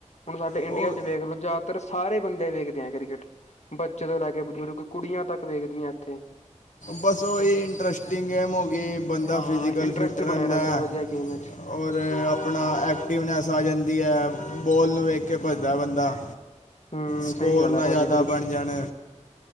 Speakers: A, on the left; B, on the left.
A: ਹੁਣ ਸਾਡੇ ਇੰਡੀਆ
B: ਉਹ
A: ਚ ਵੇਖ ਲੋ ਜੈਦਾਤਰ ਸਾਰੇ ਬੰਦੇ ਵੇਖਦੇ ਆ ਕ੍ਰਿਕੇਟ, ਬੱਚੇ ਤੋ ਲੈ ਕੇ ਬਜ਼ੁਰਗ ਕੁੜੀਆਂ ਤੱਕ ਵੇਖਦੀਆਂ ਏਥੇ
B: ਬਾੱਸ ਓਈ ਇੰਟਰਸਟਿੰਗ ਗੇਮ ਹੋਗੀ, ਬੰਦਾ
A: ਹਾਂ
B: ਫਿਜ਼ਕਲ
A: ਇੰਟਰਸਟ
B: ਫਿਟ ਰੈਂਦਾ।
A: ਬਣਿਆ ਰਹਿੰਦਾ ਵਧੀਆ ਗੇਮ ਵਿੱਚ
B: ਓਰ ਆਪਣਾ ਐਕਟਿਵਨੈਸ ਆ ਜਾਂਦੀ ਐ, ਬੋਲ ਨੂੰ ਵੇਖ ਕੇ ਭੱਜਦਾ ਬੰਦਾ
A: ਹੂੰ,
B: ਸਕੋਰ
A: ਸਹੀ ਗੱਲ
B: ਨਾ
A: ਆ ਭਾਜੀ
B: ਯਾਦਾ ਬਣ ਜਾਣ